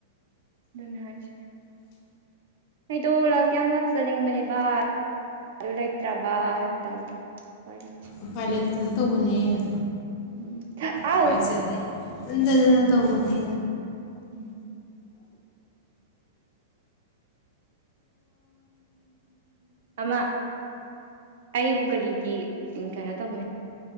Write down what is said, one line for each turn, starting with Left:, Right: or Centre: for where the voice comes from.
Right: ꯑꯗꯨ ꯍꯥꯏꯁꯤ ꯑꯩꯗꯣ ꯂꯥꯛꯇꯤ ꯌꯥꯝ ꯂꯥꯛꯆꯅꯤꯡꯕꯅꯦꯕ ꯑꯗꯨ ꯂꯩꯇ꯭ꯔꯕ ꯍꯥꯏꯕ ꯇꯥꯕꯅꯦ ꯏꯄꯥꯏ ꯂꯩꯇꯦ
Left: ꯎꯄꯥꯏ ꯂꯩꯇꯅ ꯇꯧꯕꯅꯦꯅ
Right: ꯎꯝ ꯑꯥꯎ
Left: ꯎꯄꯥꯏꯁꯦ ꯂꯩ <unintelligible> ꯇꯧꯕꯅꯦ
Right: ꯎꯝ ꯑꯃ ꯑꯩꯕꯨ ꯀꯔꯤꯒꯤ ꯀꯩꯅꯣ ꯇꯧꯕꯅꯦ